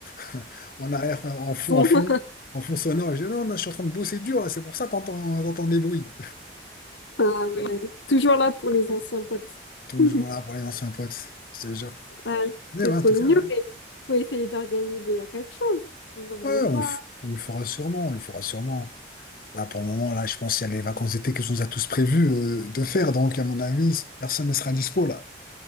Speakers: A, on the left (about 50°); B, on the left (about 85°).
A: <laughs> en arrière, en fond,
B: Son.
A: en fond,
B: <laughs>
A: en fond sonore. Je dis, non, non, je suis en train de bosser dur là, c'est pour ça que t'entends, t'entends des bruits.
B: Ah ouais. Toujours là pour les anciens potes.
A: Toujours
B: <laughs>
A: là pour les anciens potes, je te le jure.
B: Ah,
A: Mais
B: c'est
A: ouais,
B: trop
A: en tout
B: mignon,
A: cas, ouais.
B: mais faut essayer d'organiser à quelque chose pour pouvoir
A: Ouais,
B: les voir.
A: on le, f- on le fera sûrement, on le fera sûrement. Là, pour le moment, là, je pense qu'il y a les vacances d'été que je nous a tous prévu euh, de faire. Donc, à mon avis, personne ne sera dispo là.